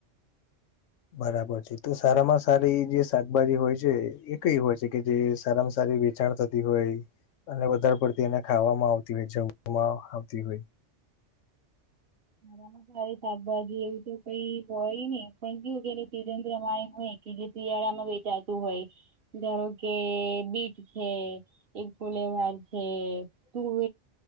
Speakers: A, on the left; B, on the right.
A: બરાબર છે તો સારામાં સારી જે શાકભાજી હોય છે એ કઈ હોય છે કે જે સારામાં સારી વેચાણ થતી હોય અને વધારે પડતી એને ખાવામાં આવતી હોય જવામાં આવતી હોય
B: મારા રી શાકભાજી એવું તો કઈ હોય ને પણ જોું કેને સિઝનમાય હોય કે જે શિયાળામાં વેચાતું હોય ધારો કે બીટ છે એકફલે વાાર છે તુરર